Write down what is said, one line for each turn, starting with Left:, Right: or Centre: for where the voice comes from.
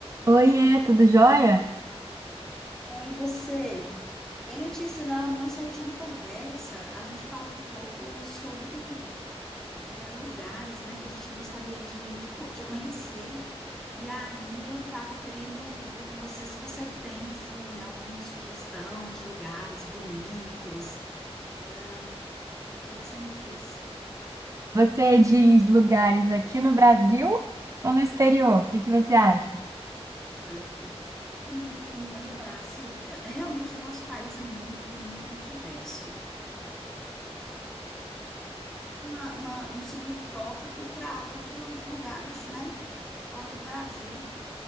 Right: Oiê, tudo jóia?
Centre: Bem, você. Em Letícia, na nossa última conversa, a gente falou um pouco sobre eh, lugares, né, que a gente gostaria de, de, co- de conhecer. E aí eu estava querendo ver com você se você tem, assim, alguma sugestão de lugares bonitos. Eh, O que que você me diz?
Right: Você diz lugares aqui no Brasil ou no exterior? O que que você acha?
Centre: Olha, Bonitinha no Brasil, porque realmente o nosso país é muito bonito, muito diverso. uma, uma- um segundo tópico para outros lugares, né? Fora do Brasil. O